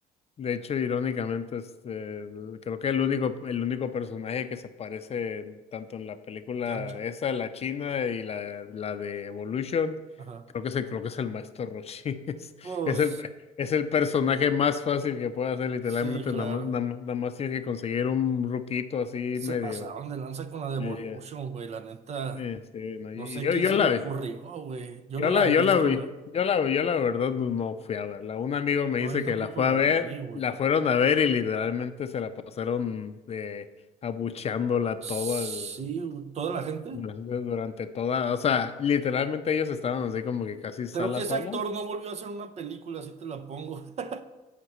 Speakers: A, on the left (about 35°); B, on the right (about 40°).
A: De hecho, irónicamente, este, el- creo que el único, el único personaje que se parece tanto en la película
B: <laughs> ¿Yamcha?
A: esa, la china y la, la de Evolution,
B: Ajá.
A: creo que es el, creo que es el maestro Roshi. <laughs> Es,
B: Pues
A: es el, es el personaje más fácil que puede hacer, literalmente,
B: sí, claro.
A: nada más, nada más nada más tienes que conseguir un ruquito así
B: Se
A: medio,
B: pasaron de lanza con la de
A: medio.
B: Evolution, güey, la neta.
A: Sí, sí, no,
B: No
A: y-
B: sé
A: y yo,
B: quién
A: yo
B: se
A: la
B: le ocurrió,
A: vi.
B: güey. Yo
A: Yo
B: no la
A: la,
B: he
A: yo
B: visto,
A: la vi,
B: güey.
A: yo la, yo la verdad no, no fui a verla. Un amigo me
B: No,
A: dice
B: yo tampoco
A: que la fue
B: la
A: a ver,
B: vi, güey.
A: la fueron a ver y literalmente se la pasaron de abucheándola
B: Sí,
A: todo el-
B: güey. Toda la gente.
A: durante, durante toda, o sea, literalmente ellos estaban así como que casi sala
B: Creo que ese
A: sola.
B: actor no volvió a hacer una película, así te la pongo. <laughs>